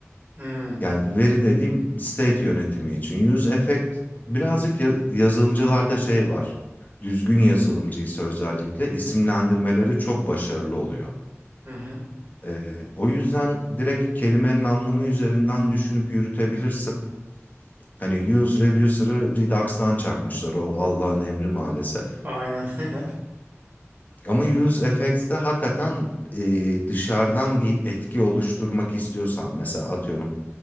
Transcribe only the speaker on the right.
Hı
hı.
Aynen <laughs> aynen.